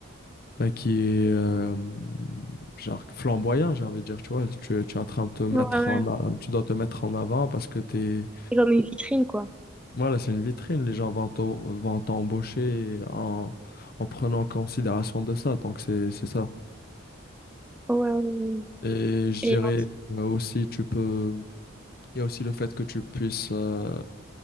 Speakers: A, on the left; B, in the centre.
A: bah, qui est euh, genre flamboyant, j'ai envie de dire, tu vois, tu, tu es en train de te mettre
B: Ouais, ouais.
A: en, a- tu dois te mettre en avant parce que t'es,
B: C'est comme une vitrine, quoi.
A: voilà, c'est une vitrine, les gens vont t'au- vont t'embaucher en, en prenant en considération de ça, donc c'est, c'est ça.
B: Ouais, ouais, ouais.
A: Et je
B: Et
A: dirais
B: euh,
A: euh, aussi, tu peux. Il y a aussi le fait que tu puisses, euh,